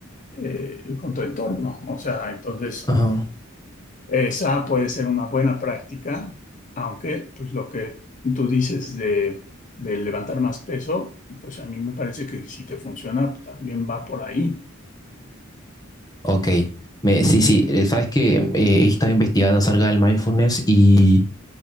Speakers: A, on the left; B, on the left.
A: eh, con tu entorno. O sea, entonces,
B: Ajá.
A: esa puede ser una buena práctica, aunque pues lo que tú dices de, de levantar más peso, pues a mí me parece que si te funciona, también va por ahí.
B: Ok. Me, sí, sí, eh, sabes que he estado investigando acerca del mindfulness y